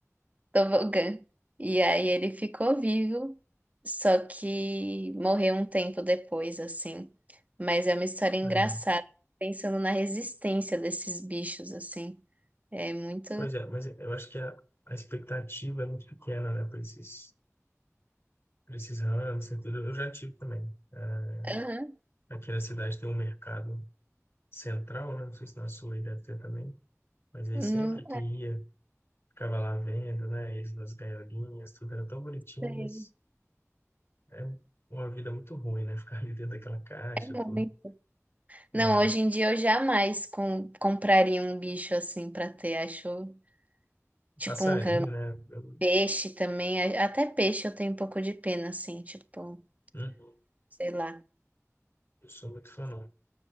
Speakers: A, on the right; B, on the left.
A: tobogã. E aí ele ficou vivo, só que morreu um tempo depois, assim. Mas é uma história engraçada,
B: É.
A: pensando na resistência desses bichos, assim. É muito.
B: Pois é, mas eu acho que a, a expectativa é muito pequena, né, para esses, para esses ramos, e tudo. Eu já tive também. Ah,
A: Aham.
B: Aqui na cidade tem um mercado central, né? Não sei se na sua aí deve ter também. Mas aí
A: Não
B: sempre que ia, ficava lá vendo, né? Eles nas gaiolinhas, tudo era tão bonitinho,
A: sei.
B: mas é uma vida muito ruim, né? <laughs> Ficar ali dentro daquela caixa,
A: É
B: tudo.
A: muito.
B: É,
A: Não, hoje em dia eu jamais com- compraria um bicho assim pra ter. Acho tipo
B: Passarinho,
A: um ramo.
B: né? Eu
A: Peixe também. a- Até peixe eu tenho um pouco de pena, assim, tipo,
B: não
A: sei lá.
B: não sou muito fã, não.